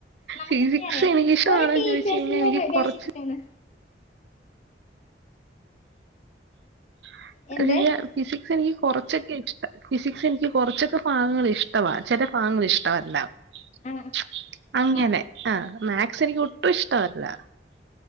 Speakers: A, on the left; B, on the right.
A: നമുക്കെങ്ങനെ
B: ഫിസിക്സ്
A: അറിയാം
B: എനിക്കിഷ്ടണോന്ന്
A: ഒരു ടീച്ചേഴ്സിന്റെ
B: ചോദിച്ച് കഴിഞ്ഞാൽ എനിക്ക്
A: ബേസ്
B: കുറച്ച്
A: ചെയ്തിട്ടാണ്
B: <unintelligible>
A: എന്ത്
B: അതിലെ ഫിസിക്സെനിക്ക് കൊറച്ചൊക്കെ ഇഷ്ട ഫിസിക്സ് എനിക്ക് കുറച്ചൊക്കെ ഭാഗങ്ങൾ ഇഷ്ടവ ചില ഭാഗങ്ങ ഇഷ്ടവല്ല
A: ആ
B: <unintelligible> അങ്ങനെ-
A: ആ
B: അ- മാത്‍സ് എനിക്ക് ഒട്ടും ഇഷ്ടമല്ല